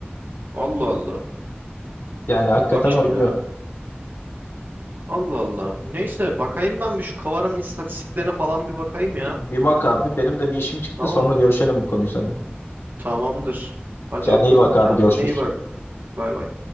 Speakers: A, on the right; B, on the left.
A: Allah Allah.
B: Yani hakikaten
A: Bak şimdi
B: oynuyor.
A: ha. Allah Allah. Neyse bakayım ben bir şu Kavar'ın istatistiklerine falan bir bakayım ya.
B: Bir, bir bak abi benim de bir işim çıktı
A: Tamam.
B: sonra görüşelim bu konuyu seninle.
A: Tamamdır. Hadi
B: Kendine
A: öptüm.
B: iyi bak abi
A: Kendine
B: görüşürüz.
A: iyi bak. Bay bay.